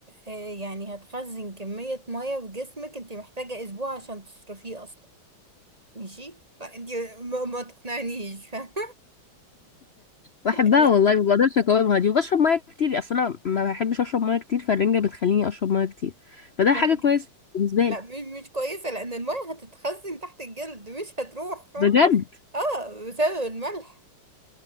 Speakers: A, on the right; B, on the left.
A: آه، آه، يعني هتخزن كمية مية في جسمك انت محتاجة اسبوع عشان تصرفيه اصلا ماشي فانت ما, ما تقنعنيش <laughs> فاهمة؟
B: بحبها
A: يعني
B: والله ما بقدرش اقاومها دي وبشرب ميه كتير اصل انا ما بحبش اشرب ميه كتير فالرنجه بتخليني اشرب ميه كتير فده
A: بعدك
B: حاجه كويسه بالنسبه لي
A: لا م- مش كويسة لان المية هتتخزن تحت الجلد مش هتروح فاهمة
B: بجد
A: اه بسبب الملح